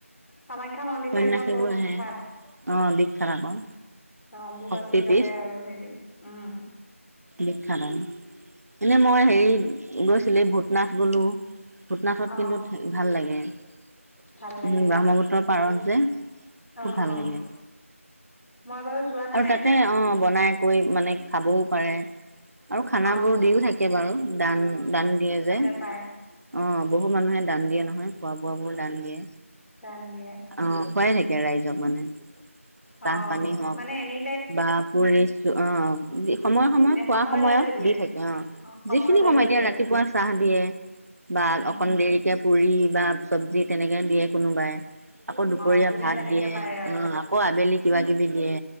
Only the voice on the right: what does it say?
<unintelligible>
বোৰ আহে
অ' <unintelligible> আকৌ।
শক্তিপীঠ
বিখ্যাত আৰু এনেই মই হেৰি গৈছিলে ভূটনাথ গলো। ভূটনাথত
কিন্তু ভাল লাগে। উম
ব্ৰহ্মপুত্ৰৰ পাৰত যে খুব
ভাল
লাগে।
আৰু তাতে অ' বনাই কৈ মানে খাবও পাৰে আৰু খানা
বোৰ দিও থাকে বাৰু দান দান দিয়ে যে
অ' বহু মানুহে দান দিয়ে নহয় খোৱা বোৱাবোৰ দান দিয়ে
অ' খোৱাই থাকে। ৰাইজক মানে চাহ
পানী হওক
বা পুৰিছো অ' সময়ে সময়ে
খোৱা
সময়ত
দি থাকে অ'
যিখিনি <unintelligible>
ৰাতিপুৱা চাহ দিয়ে বা
অকন দেৰিকে পুৰি বা চব্জি তেনেকে দিয়ে কোনোবাই। আকৌ দুপৰীয়া
ভাত
দিয়ে
আকৌ আবেলি কিবাকিবি দিয়ে।